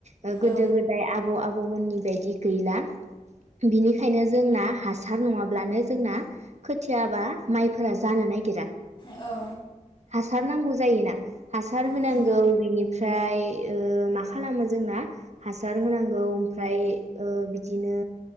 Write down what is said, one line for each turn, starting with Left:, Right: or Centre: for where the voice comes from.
Right: ओ गोदो
Left: औ
Right: -गोदाय आबौ -आबै आबौमोननि बायदि गैला बिनिखायनो जोंना हासार नङाब्लानो जोंना खोथियाबा माइफोरा जानो नागिरा
Left: औ
Right: हासार नांगौ जायोना हासार होनांगौ
Left: उम
Right: बेनिफ्रा ओमफ्राय ओ मा खालामो जोंना हासार होनांगौ ओमफ्राय ओ बिदिनो